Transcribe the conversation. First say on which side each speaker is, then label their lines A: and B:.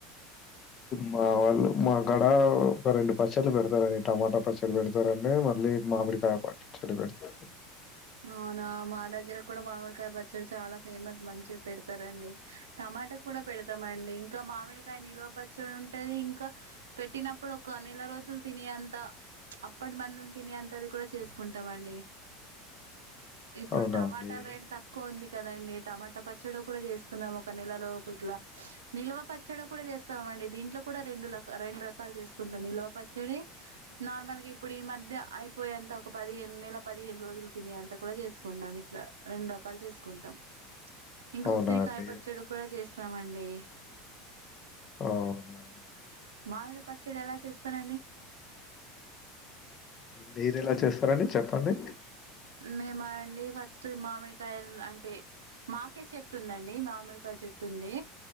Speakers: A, on the left; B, on the right.
A: మా వాళ్ళు మా గాడ ఒక రెండు పచ్చళ్ళు పెడతారండి టమాటా పచ్చడి పెడతారండి మళ్ళీ మామిడికాయ పచ్చడి పెడతారం
B: అవునా మా దగ్గర కూడా మామిడికాయ పచ్చడి చాలా ఫేమస్ మంచిగా పెడతారండి టమాటా కూడా పెడతామండి ఇంకా మామిడికాయ నిల్వ పచ్చడి ఉంటది ఇంకా పెట్టినప్పుడు ఒక నెల రోజ్ లు తినే అంత అప్పటి మందులు తినే అంత అది కూడా చేసుకుంటామ అండి ఇప్పుడు
A: అవునా
B: టమాటాల
A: అండి.
B: రేట్ తక్కువ ఉంది కదండి టమాటా పచ్చడి కూడా చేసుకున్నాం ఒక నెలలోపూ ఇట్లా నిల్వ పచ్చడి కూడా చేస్తాం అండి దీంట్లో కూడా రెండు రక్ రెండు రకాలు చేసుకుంటాం నిల్వ పచ్చడి నార్మల్ గా ఇప్పుడు ఈ మధ్య అయిపోయే అంత ఒక పదిహేను నెల పదిహేను రోజులు తినే అంతా కూడా చేసుకుంటాం ఇట్లా రెండు రకాలు చేసుకుంటాం ఇంకా
A: అవునా
B: ఉసిరికాయ
A: అండి.
B: పచ్చడి కూడా చేస్ ఇస్తామండి
A: అవునా అండి.
B: మామిడి పచ్చడి ఎలా చేస్తారండి
A: మీరేఎలా చేస్తారండి చెప్పండి
B: మేము అండి ఫస్ట్ మామిడికాయ అంటే మాకే చెట్టు ఉందండి మామిడికాయ చెట్టు ఉంది